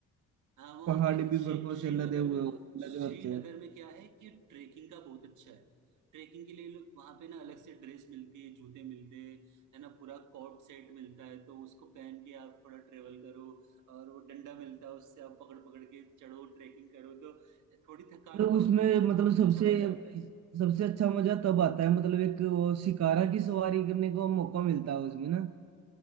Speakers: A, on the right; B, on the right.
A: हाँ वहाँ
B: पहाड़
A: पे
B: भी
A: श्री
B: बर्फों
A: श्रीनगर
B: से लदे हुए
A: में
B: हो-
A: श्रीनगर
B: लदे होते हैं
A: में क्या है कि ट्रेकिंग का बहुत अच्छा है ट्रेकिंग के लिए लोग वहाँ पे ना अलग से ड्रेस मिलती है जूते मिलते हैं है ना पूरा कॉट सेट मिलता है तो उसको पहन के आप थोड़ा ट्रेवल करो और वो डंडा मिलता है उससे आप पकड़ पकड़ के चढ़ो ट्रेकिंग करो तो थोड़ी थकान
B: मतलब
A: तो
B: उसमें
A: होती है पर
B: मतलब सबसे
A: अच्छा मजा आता है
B: सबसे अच्छा मजा तब आता है मतलब एक वो शिकारा की सवारी करने को मौका मिलता है उसमें ना